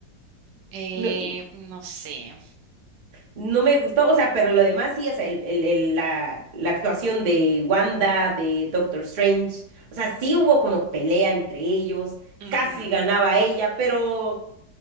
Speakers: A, on the right; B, on the right.
A: Eh,
B: No,
A: no sé.
B: No me gustó, o sea, pero lo demás sí, o sea, el, el- el- la, la actuación de Wanda, de Doctor Strange, o sea, sí hubo como pelea entre ellos,
A: Ujú.
B: casi ganaba ella, pero